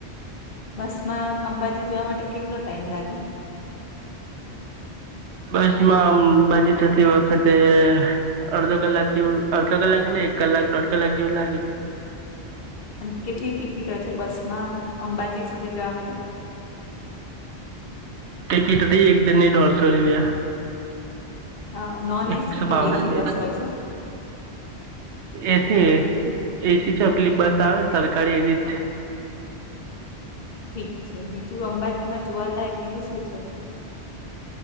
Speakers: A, on the left; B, on the right.
A: બસમાં અંબાજી જવા માટે કેટલો ટાઈમ લાગે?
B: બસમાં અંબાજી જતી વખતે અડધો કલાક જેવું અડધો કલાક નઈ કલાક દોઢ કલાક જેવું લાગે.
A: અન કેટલી ટિકિટ હોય છે બસમાં અંબાજી સુધી જવા માટે?
B: ટિકિટ હતી એક જણની દોઢસો રૂપિયા.
A: આ નોનએસી
B: એકસો
A: કે
B: બાવન
A: એસી બસ હોય છે?
B: એસી, એસી એસી સ પેલી બસ આવેન સરકારી એરી જ.
A: ઠીક છે, બીજું અંબાજીમાં જોવા લાયક બીજું શું છે?